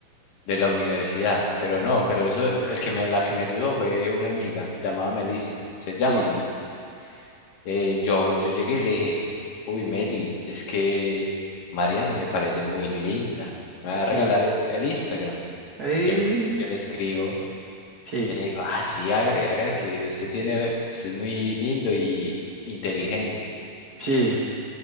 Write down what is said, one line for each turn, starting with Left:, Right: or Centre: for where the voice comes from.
Left: de la universidad, pero no, pero eso, el que me, la que me ayudó fue una amiga llamada Melissa, se llama
Right: Sí,
Left: Melissa. Eh, yo, yo llegué y le dije, uy, Meli, es que Mariana me parece muy linda, me va
Right: sí.
Left: a regalar el, el Instagram.
Right: Ay,
Left: Yo, le- yo le escribo
Right: sí,
Left: y le digo, ah, sí, hágale, hágale que usted tiene, usted es muy lindo y inteligente.
Right: sí.